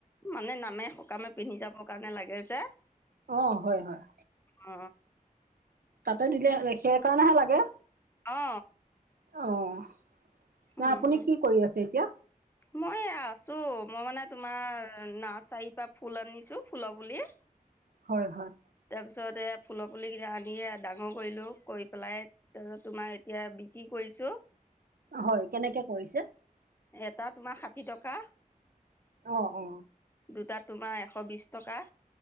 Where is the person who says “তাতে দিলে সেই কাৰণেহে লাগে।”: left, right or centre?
Right